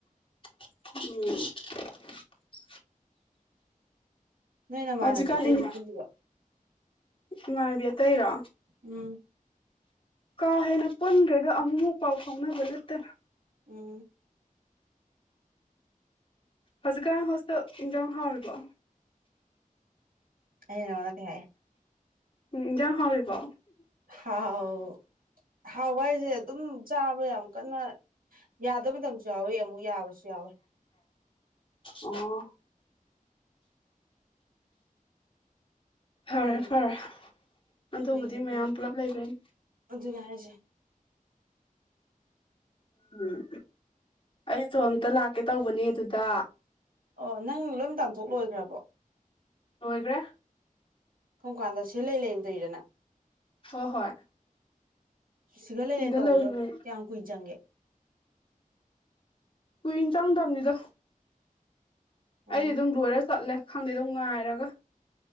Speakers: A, on the left (about 40°); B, on the right (about 85°).
A: ꯎꯝ
B: ꯅꯣꯏ ꯅꯃꯥꯟꯅꯕꯤ
A: ꯑꯥꯖꯤꯛ ꯀꯥꯟ
B: ꯑꯇꯩꯗꯤ
A: ꯍꯤꯟ
B: ꯄꯨꯜꯂꯤꯕ
A: ꯏꯃꯥꯟꯕꯤ ꯑꯇꯩꯔꯣ
B: ꯎꯝ
A: ꯀꯥ ꯍꯦꯟꯅ ꯄꯨꯟꯗ꯭ꯔꯦꯗ ꯑꯃꯨꯛꯃꯨꯛ ꯄꯥꯎ ꯐꯥꯎꯅꯕ ꯅꯠꯇꯅ
B: ꯎꯝ
A: ꯍꯧꯖꯤꯛꯀꯥꯟ ꯍꯣꯁꯇꯦꯜ ꯏꯟꯖꯥꯡ ꯍꯥꯎꯔꯤꯕꯣ
B: ꯑꯩꯅ ꯅꯪꯉꯣꯟꯗ ꯀꯩ ꯍꯥꯏ
A: ꯎꯝꯎꯝ ꯏꯟꯖꯥꯡ ꯍꯥꯎꯔꯤꯕꯣ
B: ꯍꯥꯎ ꯍꯥꯎꯕ ꯍꯥꯏꯁꯦ ꯑꯗꯨꯝ ꯆꯥꯕ ꯌꯥꯝ ꯀꯟꯅ ꯌꯥꯗꯕ ꯃꯇꯝꯁꯨ ꯌꯥꯎꯋꯤ ꯑꯃꯨꯛ ꯌꯥꯕꯁꯨ ꯌꯥꯎꯋꯤ
A: ꯑꯣ ꯐꯔꯦ
B: ꯑꯩꯈꯣꯏꯒꯤ
A: ꯐꯔꯦ ꯑꯗꯨꯕꯨꯗꯤ
B: ꯑꯩꯈꯣꯏꯒꯤꯗꯤ
A: ꯃꯌꯥꯝ ꯄꯨꯂꯞ ꯂꯩꯕꯩꯅꯤ
B: ꯑꯗꯨꯅꯦ ꯍꯥꯏꯔꯤꯁꯦ
A: ꯎꯝ ꯑꯩꯁꯨ ꯑꯝꯇ ꯂꯥꯛꯀꯦ ꯇꯧꯕꯅꯦ ꯑꯗꯨꯗ
B: ꯑꯣ ꯅꯪ ꯂꯣꯏꯝ ꯇꯥꯟꯊꯣꯛ ꯂꯣꯏꯒꯔ꯭ꯕꯣ
A: ꯂꯣꯏꯒ꯭ꯔꯦ
B: ꯀꯝꯀꯥꯟꯗ ꯁꯤꯂꯩ ꯂꯩꯅ ꯇꯣꯏꯔꯥ ꯅꯪ
A: ꯍꯣ ꯍꯣꯏ
B: ꯁꯤꯒ ꯂꯩꯂꯩꯅ
A: ꯁꯤꯗ
B: ꯇꯧꯕꯗ
A: ꯂꯩꯔꯤ
B: ꯀꯌꯥꯝ ꯀꯨꯏꯅ ꯆꯪꯒꯦ
A: ꯀꯨꯏꯅ ꯆꯪꯗꯝꯅꯤꯗ
B: ꯎꯝ
A: ꯑꯩ ꯑꯗꯨꯝ ꯂꯣꯏꯔ ꯆꯠꯂꯦ ꯈꯪꯗꯦ ꯗꯨꯝ ꯉꯥꯏꯔꯒ